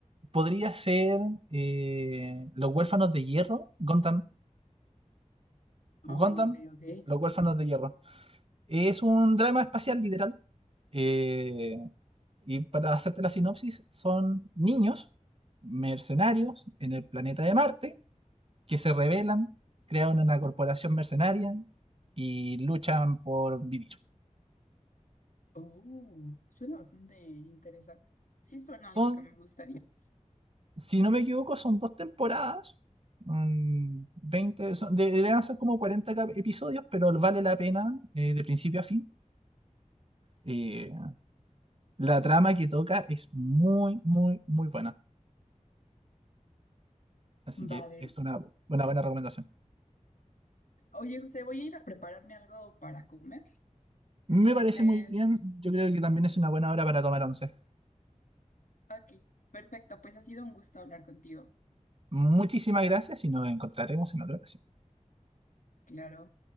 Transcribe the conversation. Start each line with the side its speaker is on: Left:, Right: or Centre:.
Right: podría ser eh, Los Huérfanos de Hierro, Gundam, Gundam,
Left: Ah, ok, ok.
Right: Los Huérfanos de Hierro. Es un drama espacial literal. eh, y para hacerte la sinopsis, son niños mercenarios en el planeta de Marte que se rebelan, crean una corporación mercenaria y luchan por vivir.
Left: Oh, suena bastante interesante. Sí, suena algo
Right: Son,
Left: que me gustaría.
Right: si no me equivoco, son dos temporadas, mm, 20, son- de- deberían ser como 40 cap- episodios, pero vale la pena eh, de principio a fin. Eh, la trama que toca es muy, muy, muy buena. Así
Left: Vale.
Right: que es una, una buena recomendación.
Left: Oye, José, voy a ir a prepararme algo para comer.
Right: Me
Left: Entonces,
Right: parece muy bien. Yo creo que también es una buena hora para tomar once.
Left: ok, perfecto. Pues ha sido un gusto hablar contigo.
Right: Muchísimas gracias y nos encontraremos en otra ocasión.
Left: Claro.